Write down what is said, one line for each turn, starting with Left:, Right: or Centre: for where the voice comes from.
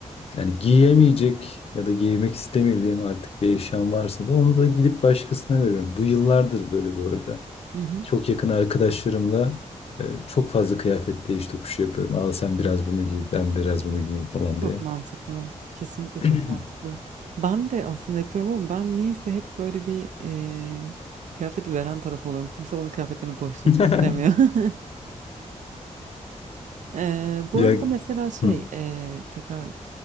Left: yani giyemeyecek ya da giymek istemediğim artık bir eşyam varsa da onu da gidip başkasına veriyorum. Bu yıllardır böyle bu arada.
Right: Hı hı.
Left: Çok yakın arkadaşlarımla e, çok fazla kıyafet değiş tokuşu yapıyorum. Aa sen biraz bunu giy, ben biraz bunu giyeyim falan
Right: Çok
Left: diye.
Right: mantıklı. Kesinlikle çok
Left: <clears throat>
Right: mantıklı. Ben de aslında yapıyorum ama ben niyeyse hep böyle bir eee kıyafeti veren taraf oluyorum. Kimse bana kıyafetlerini bağışlamak
Left: <laughs>
Right: istemiyor. <laughs> Eee, bu
Left: Ya
Right: arada mesela şey
Left: Hı,
Right: eee, tekrar